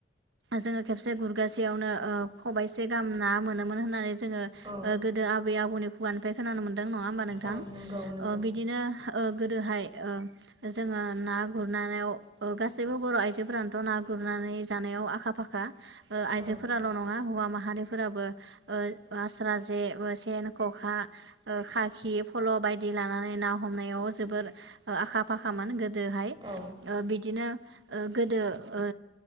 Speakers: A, on the right; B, on the right.
A: जोङो खेबसे गुरगासेयावनो ओ खबाइसे गाहाम ना मोनोमोन होननानै जों जोङो
B: औ
A: गोदो आबै आबौनि खुगानिफ्राय खोनानो मोनदों नङा होमबा नोंथां
B: औ नंगौ नंगौ
A: बिदिनो ओ गोदोहाय - ओ जोङो ना गुरनायाव गासैबो बर' आइजोफोरानोथ' ना गुरनानै जानायाव आखा फाखा। ओ आइजोफोराल'
B: औ
A: नङा हौवा माहारि फोराबो ओ आस्रा जे सेन खखा ओ खाखि फल' बायदि लानानै ना हमनायाव जोबोर आखा फाखामोन गो गोहाय
B: औ
A: बिदिनो ओ गोदो ओ